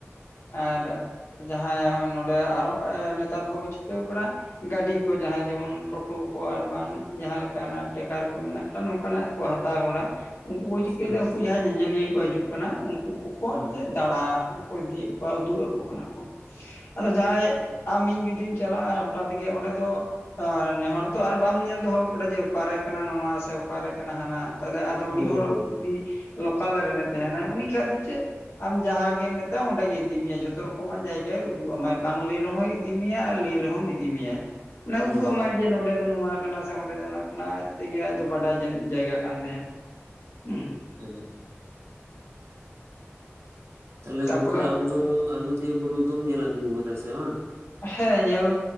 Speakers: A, on the left (about 65°); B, on the right (about 70°).
A: ᱟᱨ ᱡᱟᱦᱟᱸᱭ ᱦᱚᱸᱜ-ᱚᱭ ᱱᱚᱸᱯᱰᱮ ᱟᱨ ᱦᱚᱸ ᱱᱮᱛᱟᱨ ᱫᱚᱠᱚ ᱪᱤᱠᱟᱹ ᱠᱟᱫᱟ, ᱜᱟᱹᱰᱤ ᱠᱚ ᱡᱟᱦᱟᱸᱭ ᱡᱮᱢᱚᱱ ᱴᱳᱴᱳ ᱠᱚ ᱟᱨ ᱵᱟᱝ ᱡᱟᱦᱟᱸ ᱞᱮᱠᱟᱱᱟ, ᱴᱮᱠᱟᱨ ᱠᱚ ᱢᱮᱱᱟᱜ ᱠᱟᱜ ᱱᱚᱝᱠᱟᱱᱟᱜ ᱠᱚ ᱦᱟᱛᱟᱣ ᱠᱟᱫᱟ᱾ ᱩᱱᱠᱩ ᱠᱚ ᱪᱤᱠᱟᱹᱭᱮᱫᱟ,
B: ᱦᱩᱸ
A: ᱩᱱᱠᱩ ᱡᱟᱦᱟᱸᱭ ᱧᱮᱧᱮᱞᱤᱭᱟᱹ ᱠᱚ ᱦᱤᱡᱩᱜ ᱠᱟᱱᱟ, ᱩᱱᱠᱩ ᱠᱚᱠᱚ
B: ᱦᱩᱸ
A: ᱪᱮᱫ ᱫᱟᱬᱟ ᱠᱚ ᱤᱫᱤᱭᱮᱫ ᱼᱼ ᱠᱚᱣᱟ ᱩᱫᱩᱜ ᱟᱠᱚ ᱠᱟᱱᱟ ᱠᱚ, ᱟᱫᱚ ᱡᱟᱦᱟᱸᱭ ᱟᱢ ᱤᱧ ᱡᱩᱫᱤᱢ ᱪᱟᱞᱟᱜᱼᱟ ᱦᱚᱴᱟᱛ ᱜᱮ ᱚᱸᱰᱮ ᱫᱚ, ᱚ ᱱᱮ ᱦᱚᱲ ᱛᱚ ᱟᱨ ᱵᱟᱢ ᱧᱮᱞ ᱫᱚᱦᱚ ᱠᱟᱫᱟ, ᱡᱮ ᱚᱠᱟᱨᱮ ᱠᱟᱱᱟ ᱱᱚᱶᱟ ᱥᱮ, ᱚᱠᱟᱨᱮ ᱠᱟᱱᱟ ᱦᱟᱱᱟ᱾ ᱛᱟᱦᱚᱞᱮ ᱟᱫᱚ ᱢᱤᱫ
B: ᱦᱳᱭ
A: ᱦᱚᱲ
B: ᱦᱳᱭ
A: ᱡᱩᱫᱤ, ᱞᱚᱠᱟᱞ ᱨᱮᱱᱮ ᱛᱮᱦᱮᱱᱟᱭ, ᱩᱱᱤ ᱠᱷᱟᱡ ᱫᱚ ᱪᱮᱜ ᱟᱢ ᱡᱟᱦᱟᱸ ᱜᱮᱢ ᱢᱮᱛᱟᱭ, ᱚᱸᱰᱮ ᱜᱮ ᱤᱫᱤ ᱢᱮᱭᱟ, ᱡᱷᱚᱛᱚ ᱨᱚᱠᱚᱢᱟᱜ ᱡᱟᱭᱜᱟᱭ ᱩᱫᱩᱜ ᱟᱢᱟᱭ, ᱵᱟᱝ ᱞᱟᱹᱭ ᱨᱮ ᱦᱚᱸᱭ ᱤᱫᱤ ᱢᱮᱭᱟ ᱟᱨ, ᱞᱟᱹᱭ ᱨᱮᱦᱚᱸᱢ ᱤᱫᱤ ᱢᱮᱭᱟᱭ, ᱚᱱᱟᱭ
B: ᱦᱳᱭ
A: ᱩᱫᱩᱜ ᱟᱢᱟᱭ᱾ ᱡᱮ ᱱᱚᱸᱰᱮ ᱫᱚ ᱱᱚᱶᱟ ᱠᱟᱱᱟ, ᱥᱮ ᱚᱸᱰᱮ ᱫᱚ ᱚᱱᱟ ᱠᱟᱱᱟ, ᱟᱡ ᱛᱮᱜᱮ ᱟᱡ ᱫᱚᱭ ᱵᱟᱰᱟᱭ ᱡᱮ ᱡᱟᱭᱜᱟ ᱠᱟᱱ ᱛᱟᱭᱟ᱾ ᱦᱩᱸ,
B: <unintelligible> <inaudible> ᱛᱟᱦᱚᱞᱮ
A: ᱛᱟᱯᱚᱨᱮ
B: ᱜᱚᱝᱠᱮ, ᱟᱢ ᱫᱚ ᱟᱡᱚᱫᱤᱭᱟᱹ ᱵᱩᱨᱩ ᱫᱚᱢ ᱧᱮᱞ ᱟᱜᱩ ᱠᱟᱫᱟ ᱥᱮ ᱵᱟᱝ?
A: ᱦᱮᱸ ᱧᱮᱞ